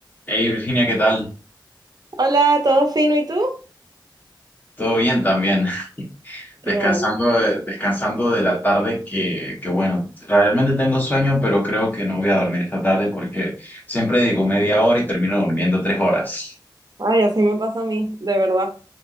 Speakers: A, on the left; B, on the right.
A: Hey Virginia, ¿qué tal?
B: Hola, ¿todo fino? ¿Y tú?
A: Todo bien también. <laughs>
B: Qué
A: Descansando
B: bueno.
A: de, descansando de la tarde que, que bueno, realmente tengo sueño, pero creo que no voy a dormir esta tarde porque siempre digo media hora y termino durmiendo tres horas.
B: Ay, así me pasa a mí, de verdad.